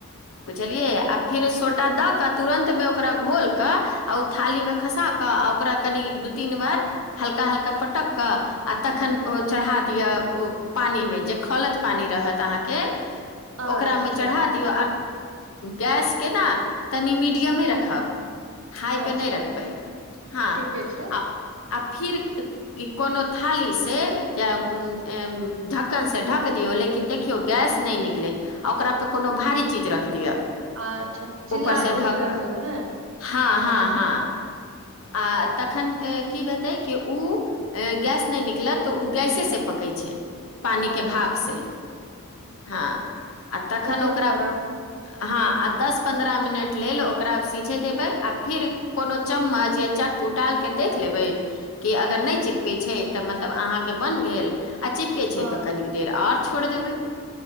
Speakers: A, on the left (about 70°); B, on the right (about 60°).
A: बुझलियै आ फेर सोडा दऽ कऽ तुरन्तमे ओकरा घोल कऽ आ ओ थालीमे खसा कऽ, ओकरा कनि दू-तीन बार हल्का-हल्का पटक कऽ। आ तखन ओ चढ़ा दिअ ओ पानी मे जे खौलत पानी रहत अहाँ के
B: अच्छा
A: ओकरामे चढ़ा दियौ गैसके न तनि मीडियमे रखब हाय
B: अच्छा
A: पे नहि रखबै है हँ
B: ठीके छै
A: आ आ फिर कोनो थाली से या उ ए ढक्कन से ढक दियौ लेकिन किन देखियौ गैस नहि निकले आ ओकरा पर कोनो भारी चीज रख दियअ
B: अच्छा सिल्ला
A: ऊपरसँ
B: लोढ़ी
A: ढकन
B: रख देबै ने
A: हँ हँ हँ आ तखन की भेतै कि उ गैस नहि निकलत तऽ ओ गैसे से पकै छै पानी
B: अच्छा
A: के भाप से हँ आ तखन
B: वही
A: ओकरा
B: करब
A: हँ आ दस पन्द्रह मिनट लेल ओकरा सीझे देबै आ फिर कोनो चम्मच या चक्कू डाल के देख लेबै कि अगर नहि चिपकै छै तऽ मतलब अहाँके बन गेल आ चिपकै छै
B: आओर
A: तऽ कनि देर आर छोड़ि देबै,